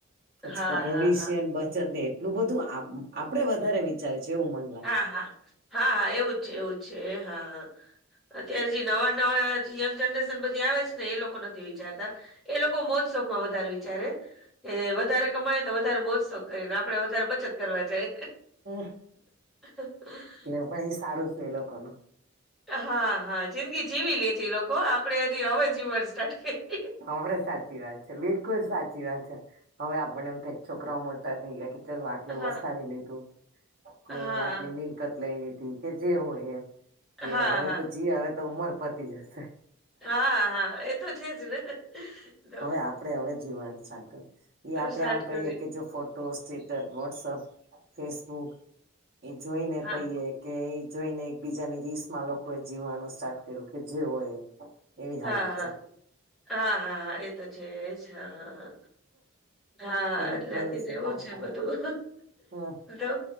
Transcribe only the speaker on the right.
પછી
તો ભવિષ્ય
બચત ને એટલું બધું આપડે વધારે વિચારે છે એવું મને
ઓહ
તો પણ એ સારું છે એ લોકો ન
આપડ સાચી વાત છે બિલકુલ સાચી વાત છે હવે આપને એમ થ છોકરાઓ મોટા થઈ ગયા ચાલ આટલું
વસાવી લીધું કે
આટલી મિલકત લઈ લીધી કે જે હોય એમ કે
હવે
તો જી હવે તો ઉંમર પતી જશે
હવે આપણેે હવે જીવન સાર કર્યું એ આપડે
આમ કહીએ
કે જો ફો ફોટોસ ટ્યુટર વોટસઅપ ફેસબુક એ જોઈને
કહીએ કે એ જોઈને એક બીજાની રીસમાં લોકો એ જીવવાનું સ્ટાર્ટ કર્યું કે જેવ એ એવી
હાલત
છે
ખરું
ખરું
કામકાજ
હ